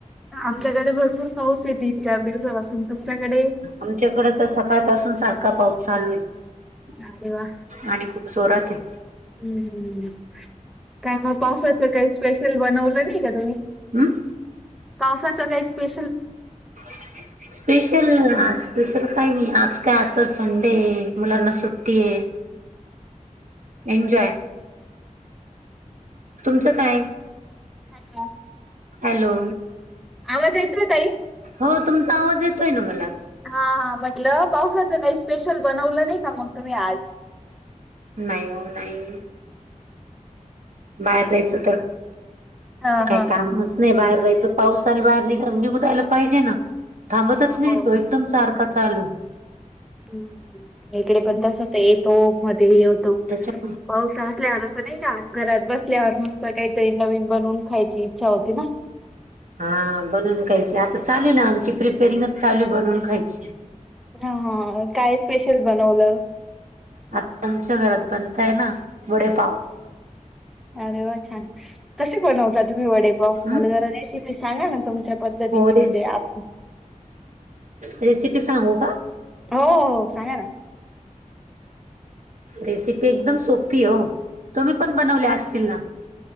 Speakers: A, in the centre; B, on the right.
A: आमच्याकडे भरपूर पाऊस आहे तीन चार दिवसापासून. तुमच्याकडे
B: आमच्याकडे तर सकाळपासून सारखा पाऊस चालू आहे.
A: अरे वा!
B: आणि खूप जोरात आहे.
A: हम्म काय मग पावसाचं काही स्पेशल बनवलं नाही का तुम्ही?
B: हमं.
A: पावसाचं काही स्पेशलं
B: <inaudible> स्पेशल आ स्पेशल काय नाही आज काय असचं संडे आहे. मुलांना सुट्टी आहे. एन्जॉय. तुमचं काय.
A: हॅलो.
B: हॅलो
A: आवाज येतोयं ताई.
B: हो तुमचा आवाज येतोय ना मला.
A: हा, हा. म्हटलं पाऊसाच काही स्पेशल बनवलं नाही का मग तुम्ही आज?
B: नाही हो, नाही. बाहेर जायचं तर,
A: हा
B: काय
A: हा
B: काम
A: हा
B: अस नाही बाहेर जायचं, पाऊसाने बाहेर निघु दायला पाहीजे ना? थांबतच
A: हो
B: नाही तो, एकदम सारखा चालू.
A: हम्म, हम्म. इकडे पण तसचं आहे येतो मध्ये
B: तेचा मुळे.
A: पाऊस असल्यावर, असं नाही का? घरात बसल्यावर मस्त काहीतरी नवीन बनवून खायची इच्छा होती ना?
B: हा, बनवून खायची आता चालू आहे ना आमची प्रिपेरिंगच चालू आहे बनवून खायची.
A: हा, हा. काय स्पेशल बनवलं?
B: आता आमच्या घरात बनतोय ना? वडेपाव.
A: अरे वा, छान! कसे बनवता तुम्ही वडेपाव?
B: हम्म
A: मला जरा रेसिपी सांगा ना तुमच्या पद्धतीने
B: हो, रेस,
A: म्हणजे आप-
B: रेसिपी सांगू का?
A: हो, सांगा ना.
B: रेसिपी एकदम सोपी हो! तुम्ही पण बनवल्या असतील ना?